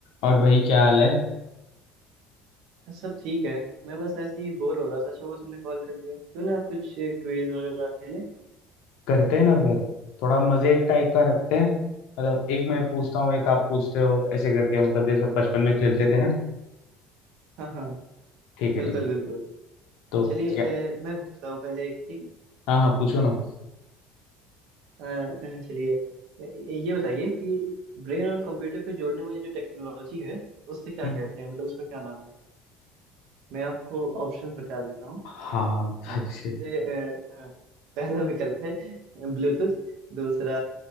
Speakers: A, on the left; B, on the right.
A: और भाई क्या हाल है
B: सब ठीक है मैं बस ऐसे ही बोर हो रहा था अच्छा वो तुमने कॉल कर दिया क्यों ना कुछ क्विज वगैरह खेले
A: करते हैं ना फिर थोड़ा मजे टाइप का रखते हैं मतलब एक मैं पूछता हूँ
B: हाँ
A: एक आप पूछते हो ऐसे करके मतलब जैसे बचपन में खेलते थे ना
B: हाँ हाँ
A: ठीक है
B: बिल्कुल
A: ठीक है
B: बिल्कुल
A: तो
B: चलिए अ,
A: क्या
B: मैं पूछता हूँ पहले एक ठीक है
A: हाँ हाँ पूछो ना
B: अ, अ, चलिए अ, ये बताइए कि ब्रेन और कंप्यूटर को जोड़ने वाली जो टेक्नोलॉजी है उसे क्या
A: हम्म,
B: कहते हैं मतलब उसका क्या नाम है मैं आपको ऑप्शन बता देता हूँ
A: हाँ
B: हम्म,
A: shit,
B: इसमें से अ, अ, पहला विकल्प है ब्लूटूथ दूसरा